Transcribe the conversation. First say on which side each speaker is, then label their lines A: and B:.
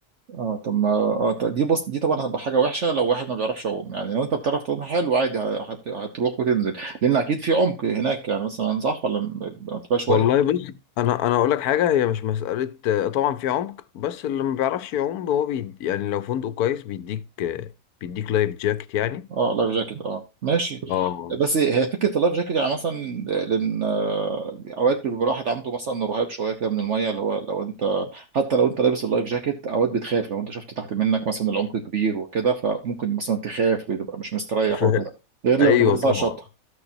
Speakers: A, on the right; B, on the left.
A: اه طب ما اه ط- دي بص دي طبعا هتبقى حاجه وحشه لو واحد ما بيعرفش يعوم يعني لو انت بتعرف تعوم حلو عادي ه- هت... هتروح وتنزل لان اكيد في عمق هناك يعني مثلا صح ولا م- ما تبقاش واقف
B: والله بص انا انا اقول لك حاجه هي مش مساله آه، طبعا في عمق بس اللي ما بيعرفش يعوم هو بي يعني لو فندق كويس بيديك آه، بيديك لايف جاكيت يعني
A: اه لايف جاكيت اه ماشي
B: اه
A: بس هي فكره اللايف جاكيت يعني مثلا لان آه، اوقات بيبقى الواحد عنده مثلا رهاب شويه كده من الميه اللي هو لو انت حتى لو انت لابس اللايف جاكيت اوقات بتخاف لو انت شفت تحت منك مثلا العمق كبير وكده فممكن مثلا تخاف بتبقى مش مستريح
B: ف...
A: وكده غير لما
B: ايوه
A: تبقى لسه
B: طبعا
A: على الشط